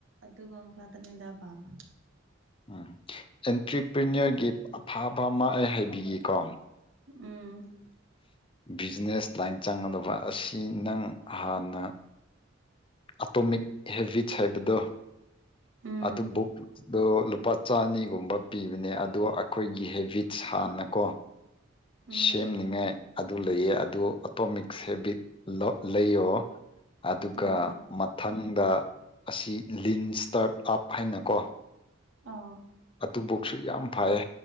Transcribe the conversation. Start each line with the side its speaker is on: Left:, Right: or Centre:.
Right: ꯑꯗꯨꯒꯨꯝꯕ ꯐꯇꯅꯤꯗ ꯄꯥꯕ
Left: ꯎꯝ ꯑꯦꯟꯇ꯭ꯔꯄ꯭ꯔꯤꯅꯔꯒꯤ ꯑꯐꯕ ꯑꯃ ꯑꯩ ꯍꯥꯏꯕꯤꯒꯦꯀꯣ
Right: ꯎꯝ
Left: ꯕꯤꯖꯤꯅꯦꯁ ꯂꯥꯏꯟ ꯆꯪꯒꯗꯕ ꯑꯁꯤ ꯅꯪ ꯍꯥꯟꯅ ꯑꯇꯣꯃꯤꯛ ꯍꯦꯕꯤꯠꯁ ꯍꯥꯏꯕꯗꯣ
Right: ꯎꯝ
Left: ꯑꯗꯨ ꯕꯨꯛ ꯇꯣ ꯂꯨꯄꯥ ꯆꯅꯤꯒꯨꯝꯕ ꯄꯤꯕꯅꯦ ꯑꯗꯣ ꯑꯩꯈꯣꯏꯒꯤ ꯍꯦꯕꯤꯠ ꯍꯥꯟꯅꯀꯣ
Right: ꯎꯝ
Left: ꯁꯦꯝꯅꯤꯡꯉꯥꯏ ꯑꯗꯨ ꯂꯩꯌꯦ ꯑꯗꯨ ꯑꯣꯇꯣꯃꯤꯛꯁ ꯍꯦꯕꯤꯠ ꯂꯩꯌꯣ ꯑꯗꯨꯒ
Right: ꯎꯝ
Left: ꯃꯊꯪꯗ ꯑꯁꯤ ꯂꯤꯟ ꯁ꯭ꯇꯥꯔꯠ ꯑꯞ ꯍꯥꯏꯅꯀꯣ
Right: ꯑꯎ
Left: ꯑꯗꯨ ꯕꯨꯛꯁꯨ ꯌꯥꯝ ꯐꯩꯌꯦ